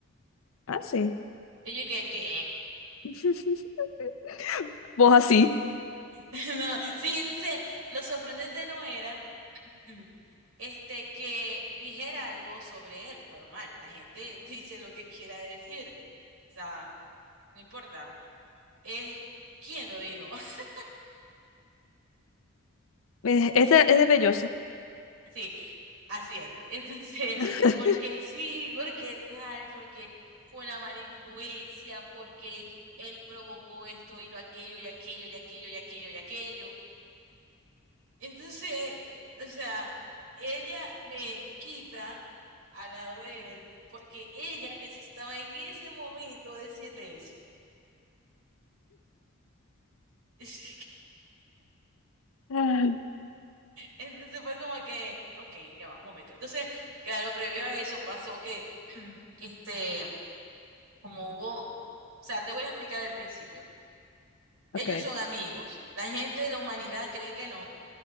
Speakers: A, on the left; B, on the right.
A: Ah, sí.
B: Y yo que, ¿qué?
A: <laughs> Vos así.
B: <laughs> No, sí, entonces lo sorprendente no era. Mm. Este, que dijera algo sobre él. Normal, la gente <laughs> dice lo que quiera decir. O sea, no importa. Es quién lo dijo. <laughs>
A: Eh, Este es de velloso.
B: Sí, así es. <laughs> Entonces,
A: <laughs>
B: porque sí, porque tal, porque fue una mala influencia, porque él provocó esto y lo aquello y aquello y aquello y aquello y aquello. Entonces, o sea, ella me quita a de él porque ella necesitaba en ese momento decirle eso. <laughs>
A: Ah,
B: Entonces fue como que, ok, ya va, un momento. Entonces, claro, previo a eso pasó que, este, como hubo, o sea, te voy a explicar al principio.
A: Ok.
B: Ellos son amigos. La gente de la humanidad cree que no,